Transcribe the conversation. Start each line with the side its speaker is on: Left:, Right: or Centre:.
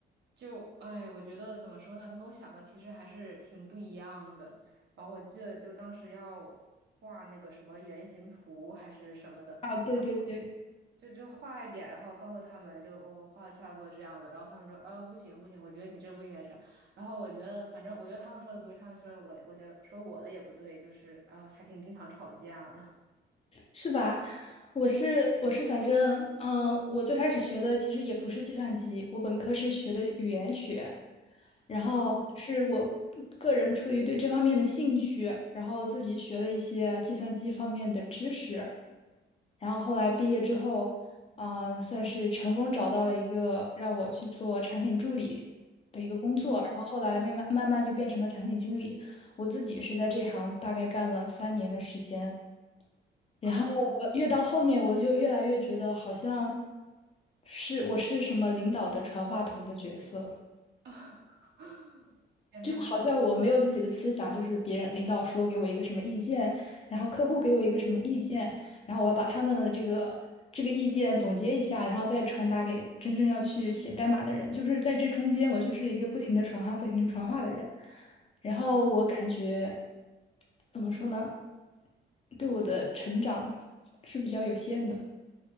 Right: 就哎，我觉得怎么说呢，他跟我想的其实还是挺不一样的。然后我记得就当时要画那个什么原型图还是什么的，
Left: 啊，对对对。
Right: 然后就就画一点，然后告诉他们就我、画的差不多这样子，然后他们说啊不行不行，我觉得你这不应该这样。然后我觉得反正我觉得他们说的不对，他们说的我我觉得说我的也不对，就是啊、还挺经常吵架的。
Left: 是吧？我是我是，反正嗯、呃我最开始学的其实也不是计算机，我本科是学的语言学，然后是我个人出于对这方面的兴趣，
Right: 哦，
Left: 然后自己学了一些计算机方面的知识，然后后来毕业之后，嗯、算是成功找到了一个让我去做产品助理的一个工作，
Right: 嗯
Left: 然后后来慢慢慢慢就变成了产品经理，我自己是在这行大概干了三年的时间。然后我越到后面，
Right: 啊
Left: 我就越来越觉得好像是我是什么领导的传话筒的角色，
Right: 啊！<laughs> 天呐，
Left: 就好像我没有自己的思想，就是别人领导说给我一个什么意见，然后客户给我一个什么意见，然后我要把他们的这个这个意见总结一下，然后再传达给真正要去写代码的人。就是在这中间，我就是一个不停的传话、不停的传话的人。然后我感觉怎么说呢，对我的成长是比较有限的。